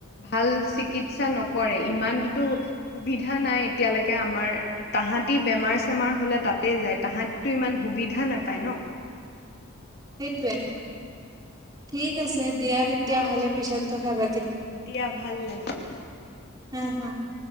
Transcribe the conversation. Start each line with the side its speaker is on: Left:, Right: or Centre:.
Left: ভাল চিকিৎসা নকৰে ইমানটোতো সুবিধা নাই এতিয়ালৈকে। কে আমাৰ তাহাঁতি বেমাৰ চেমাৰ হ'লে তাতেই যায় তাহাঁতিটো ইমান সুবিধা নাপায় ন
Right: সেইটোৱে ঠিক আছে দিয়া তেতিয়
Left: অ
Right: হ'লে
Left: ঠিক
Right: পিছত
Left: আছে
Right: কথা পাতিম
Left: দিয়া ভাল লাগিল
Right: হ হ।